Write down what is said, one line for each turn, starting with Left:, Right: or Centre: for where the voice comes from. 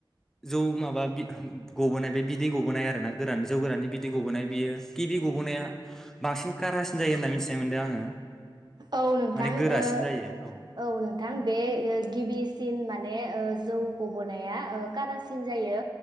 Centre: जौ माबा गबोनाय बे बिदै गबोनाय आरो ना गोरान जौ गोराननि बिदै गबोनाय बियो
Right: औ
Centre: गिबि
Right: नोंथां
Centre: गबोनाया बांसिन कारासिन जायो होनना मिथिनाय मोनदों आङो।
Right: औ नोंथां
Centre: माने गोरासिन
Right: ओ
Centre: जायो
Right: औ नोंथां बे ओ गिबिसिन माने ओ जौ गबोनाया ओ कारास सिन जायो